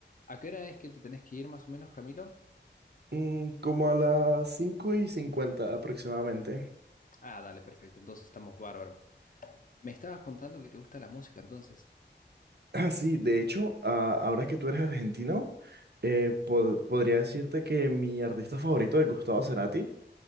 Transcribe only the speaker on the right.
Mm, como a las 5 y 50 aproximadamente. <clears throat>
Ah, sí, de hecho, a- ahora que tú eres argentino, eh, pod- podría decirte que mi artista favorito es Gustavo Cerati.